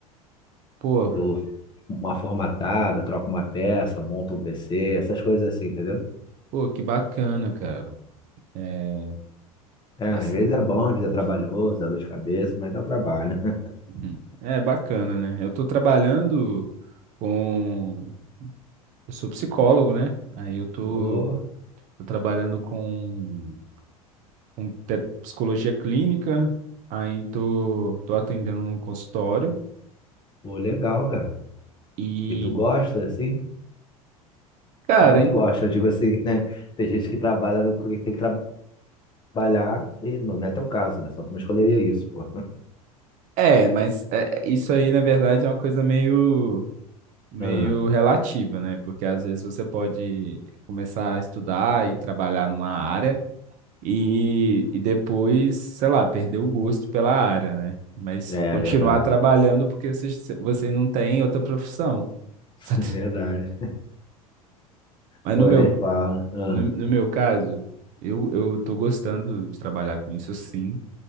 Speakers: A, on the right; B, on the left.
A: pô,
B: Dou uma formatada, troco uma peça, monto um PC, essas coisas assim, entendeu?
A: pô, que bacana, cara. É,
B: É, às
A: essa.
B: vezes é bom, às vezes é trabalhoso, dá dor de cabeça, mas é o trabalho, né?
A: Uhum. É bacana, né? Eu tô trabalhando com. Eu sou psicólogo, né? Aí eu tô,
B: <laughs> Pô,
A: tô trabalhando com, com te- psicologia clínica, aí tô, tô atendendo num consultório.
B: pô, legal, cara.
A: E,
B: E tu gosta, assim?
A: cara,
B: Claro que
A: em-
B: gosta, eu digo assim, <laughs> né? Tem gente que trabalha no que tem que trabalhar, e não, não é teu caso, né? Só tu não escolheria isso, pô. <laughs>
A: é, mas é, isso aí, na verdade, é uma coisa meio, meio
B: Ah,
A: relativa, né? Porque às vezes você pode começar a estudar e trabalhar numa área. E, e depois, sei lá, perder o gosto pela área, né? Mas
B: é
A: continuar
B: verdade,
A: trabalhando porque você, você não tem outra profissão. <laughs>
B: <laughs>
A: Só
B: é
A: tem-
B: verdade.
A: Mas
B: Pô,
A: no meu,
B: eu nem falo. Ah,
A: no, no meu caso, eu, eu tô gostando de trabalhar com isso sim,